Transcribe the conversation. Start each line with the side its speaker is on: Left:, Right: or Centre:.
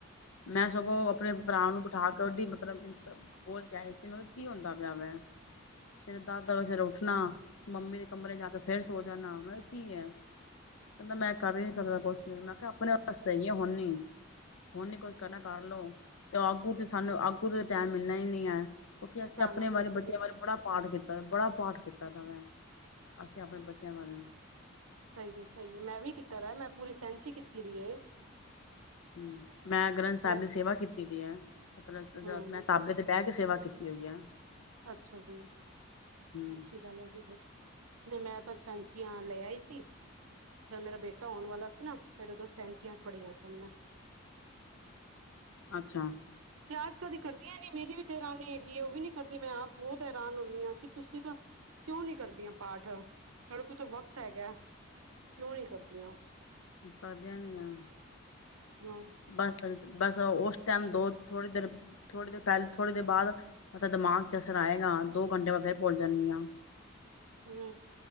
Left: ਮੈਂ ਸਗੋਂ ਆਪਣੇ ਭਰਾ ਨੂੰ ਬਿਠਾ ਕੇ ਉਹਦੀ ਮਤਲਬ ਦੀ ਸਭ ਹੋਰ ਦਸ ਸੀਮਰਥ ਕੀ ਹੁੰਦਾ ਪਿਆ ਵੈ ਸਵੇਰੇ ਦਸ-ਦਵਜੇ ਸਵੇਰੇ ਉੱਠਣਾ ਮੰਮੀ ਦੇ ਕਮਰੇ ਜਾ ਕੇ ਤੇ ਫੇਰ ਸੋ ਜਾਨਾ ਮੈਂ ਕਿਹਾ ਕੀ ਆ, ਕਹਿੰਦਾ ਮੈਂ ਕਰ ਹੀ ਨੀ ਸਕਦਾ ਕੁਛ ਫੇਰ ਮੈਂ ਕਿਹਾ ਆਪਣੇ ਵਾਸਤੇ ਆ ਹੁਣੀ, ਹੁਣ ਹੀ ਕੁਝ ਕਰਨਾ ਕਰ ਲਓ, ਤੇ ਆੱਗੂ ਤੇ ਸਾਨੂੰ ਆੱਗੂ ਤੇ ਟਾਈਮ ਮਿਲਣਾ ਹੀ ਨਹੀਂ ਐ, ਕਿਉਂਕਿ ਅਸੀਂ
Right: ਨਾ
Left: ਆਪਣੇ
Right: ਨਾ ਬਿਲਕੁਲ
Left: ਬਾਰੇ ਬੱਚਿਆਂ
Right: ਵੀ
Left: ਬਾਰੇ ਬੜਾ ਪਾਠ ਕੀਤਾ ਬੜਾ ਪਾਠ ਕੀਤਾ ਦਾ ਮੈਂ ਅਸੀਂ ਆਪਣੇ ਬੱਚਿਆਂ ਵਾਰੇ
Right: ਸਹੀ ਹੈ ਸਹੀ ਹੈ ਮੈਂ ਵੀ ਕੀਤਾ ਰੈ, ਮੈਂ ਪੂਰੀ ਸੈਹਚੀ ਕੀਤੀ ਰਿਏ
Left: ਹਮ ਮੈਂ ਗ੍ਰੰਥ ਸਾਹਿਬ
Right: ਮੈਂ
Left: ਦੀ ਸੇਵਾ ਕੀਤੀ ਦੀ ਹੈ, ਪਤਰਾਂ
Right: ਹਮ
Left: ਮੈਂ ਤਾਬੇ ਤੇ ਬਹਿ ਕੇ ਸੇਵਾ ਕੀਤੀ ਹੋਈ ਆ,
Right: ਅੱਛਾ ਜੀ
Left: ਹੂੰ,
Right: ਅੱਛੀ ਗੱਲ ਏ ਜੀ ਕੁੱਝ, ਨਈ ਮੈਂ ਤਾਂ ਸੈਅਚੀਂਆ ਲੈ ਆਈ ਸੀ, ਜਦ ਮੇਰਾ ਬੇਟਾ ਹੋਉਣ ਵਾਲਾ ਸੀ ਨਾ, ਫੇਿਰ ਉਦੋਂ ਸੈਅਂਚੀਆਂ ਪੜੀਆਂ ਸਨ ਮੈਂ
Left: ਅੱਛਾ
Right: ਤੇ ਆਜ -ਕੱਲ ਦੀਆ ਕਰਦੀਆਂ ਨਈ, ਮੇਰੀ ਵੀ ਦੇਰਾਨੀ ਹੈਗੀ ਹੈ, ਉਹ ਵੀ ਨੀ ਕਰਦੀ ਮੈਂ ਆਪ ਬਹੁਤ ਹੈਰਾਨ ਹੁੰਦੀ ਹਾਂ, ਕਿ ਤੁਸੀਂ ਤਾਂ ਕਿਉਂ ਨਈ ਕਰਦੀਆਂ ਪਾਠ ਓਦੇ ਕੋਲ ਤਾਂ ਵਕਤ ਹੈਗਾ, ਕਿਉਂ ਨਈ ਕਰਦੀਆਂ
Left: ਪਾਧਿਆ ਨੀਆਂ
Right: ਹਾਂ
Left: ਬਸ-ਬਸ ਉਸ ਟਾਈਮ ਦੋ ਥੋੜੀ ਦੇਰ ਥੋੜ੍ਹੀ ਦੇਰ ਪੈਲੇ ਥੋੜ੍ਹੀ ਦੇਰ ਬਾਦ ਮਤਲ ਦਿਮਾਗ 'ਚ ਅਸਰ ਆਏਗਾ ਦੋ ਘੰਟੇ ਮੈਂ ਫਿਰ ਭੁੱਲ ਜਾਂਣੀ ਆਂ
Right: ਹੂੰ